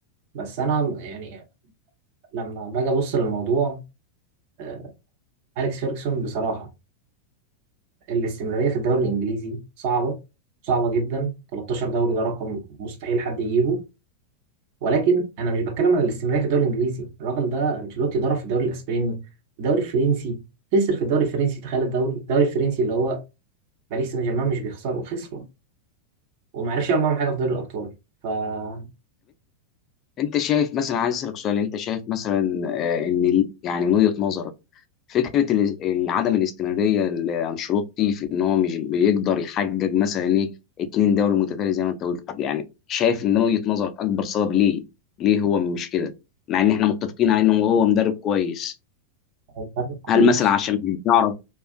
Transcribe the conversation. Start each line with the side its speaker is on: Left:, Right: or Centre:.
Right: بس انا يعني لما باجي ابص للموضوع آه، اليكس فيرجسون بصراحة الاستمرارية في الدوري الانجليزي صعبة صعبة جدا 13 دوري ده رقم مستحيل حد يجيبه ولكن انا مش بتكلم على الاستمراريه في الدوري الانجليزي الراجل ده انشيلوتي ضرب في الدوري الاسباني الدوري الفرنسي خسر في الدوري الفرنسي تخيل الدوري الدوري الفرنسي اللي هو باريس سان جيرمان مش بيخسره خسره وما عرفش يعمل معاهم حاجه في دوري الابطال ف هو
Left: انت شايف مثلا عايز اسالك سؤال انت شايف مثلا آه، ان ال- يعني من وجهه نظرك فكره ال- ال- عدم الاستمراريه لانشيلوتي في ان هو مش بيقدر يحقق مثلا ايه اتنين دوري متتالي زي ما انت قلت يعني شايف ان من وجهه نظرك اكبر سبب ليه ليه هو مش كده مع ان احنا متفقين على انه هو مدرب كويس
Right: مدرب كويس
Left: هل مثلا عشان مش بيعرف